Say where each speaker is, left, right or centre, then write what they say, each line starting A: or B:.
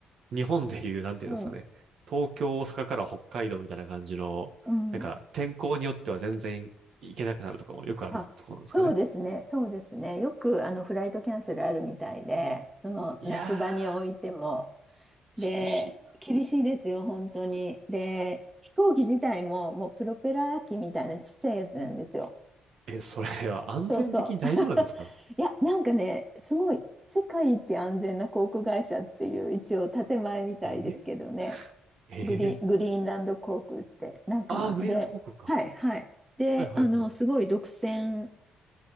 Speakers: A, on the right; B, on the right.
A: 日本でいう、なんていうんですかね、
B: うん、
A: 東京、大阪から北海道みたいな感じの、
B: うん、
A: なんか天候によっては全然行けなくなるとかもよくあるところなんですかね。
B: あ、そうですね、そうですね。よくあのフライトキャンセルあるみたいで、その那須場においても、
A: いやー、
B: で、
A: 厳しい。
B: 厳しいですよ、本当に。で、飛行機自体も、もうプロペラ機みたいなちっちゃいやつなんですよ。
A: え、それは安全的に大丈夫なんですか
B: そうそう。<laughs> いや、なんかね、すごい、世界一安全な航空会社っていう、一応建前みたいですけどね。
A: えええ
B: グリ、グリーンランド航空って。なんか、
A: あ <laughs> あー、グリーンランド航空か。
B: で、はい、はい。で、
A: はいはいはい。
B: あの、すごい独占